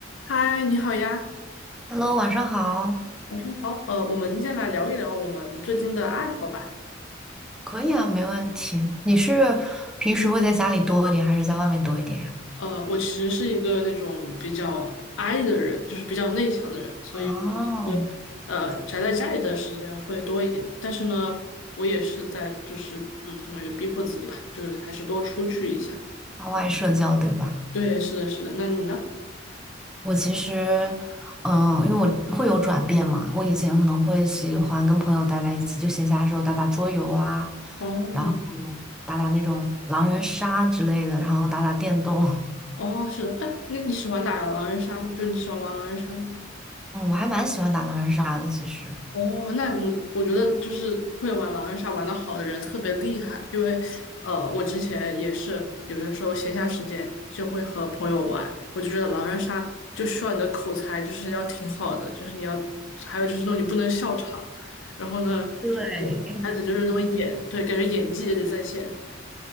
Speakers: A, on the left; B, in the centre.
A: 嗨，你好呀，
B: Hello，晚上好。
A: 晚上好。呃，我们今天来聊一聊我们最近的爱好吧。
B: 可以啊，没问题。你是平时会在家里多一点，还是在外面多一点呀？
A: 呃，我其实是一个那种比较 I 的人，就是比较内向的人，所以我其实呃宅在家里的时间会多一点。
B: 哦，
A: 但是呢，我也是在就是嗯，相当于逼迫自己吧，就是还是多出去一下。
B: 向外社交，对吧？
A: 对，是的，是的。那你呢？
B: 我其实，嗯，因为我会有转变嘛。我以前可能会喜欢跟朋友待在一起，就闲暇的时候打打桌游啊，
A: 哦，
B: 然后打打那种狼人杀之类的，然后打打电动。<laughs>
A: 哦，是的。哎，那你喜欢打狼人杀吗？就你喜欢玩狼人杀吗？
B: 嗯，我还蛮喜欢打狼人杀的，其实。
A: 哦，那你我觉得就是会玩狼人杀玩得好的人特别厉害，因为呃，我之前也是有的时候闲暇时间就会和朋友玩，我就觉得狼人杀就需要你的口才就是要挺好的，就是你要还有就是那种你不能笑场，然后呢就是
B: 对，
A: 还得就是那么演，对，感觉演技也得在线。